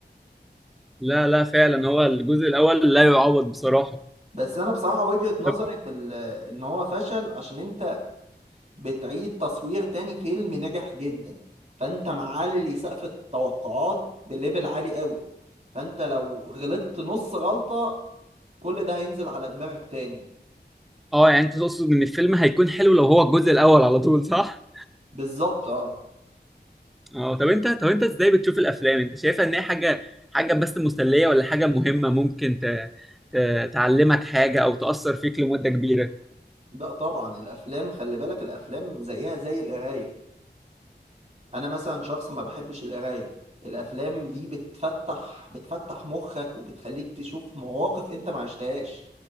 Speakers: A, in the centre; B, on the right.
A: لا لا فعلا هو الجزء الاول لا يعوض بصراحه
B: بس انا بصراحه وجهه نظري
A: طب
B: في ال- ان هو فشل عشان انت بتعيد تصوير تاني فيلم نجح جدا فانت معلي سقف التوقعات بليفل عالي قوي فانت لو غلطت نص غلطة كل ده هينزل على دماغك تاني
A: اه يعني انت تقصد ان الفيلم هيكون حلو لو هو الجزء الاول على طول صح
B: بالظبط اه
A: اه طب انت طب انت ازاي بتشوف الافلام انت شايفها ان هي حاجه حاجه بس مسليه ولا حاجه مهمه ممكن ت... ت... تعلمك حاجه او تاثر فيك لمده كبيره
B: ده طبعا الافلام خلي بالك الافلام زيها زي القراية انا مثلا شخص ما بحبش القراية الافلام دي بتفتح بتفتح مخك وبتخليك تشوف مواقف انت ما عشتهاش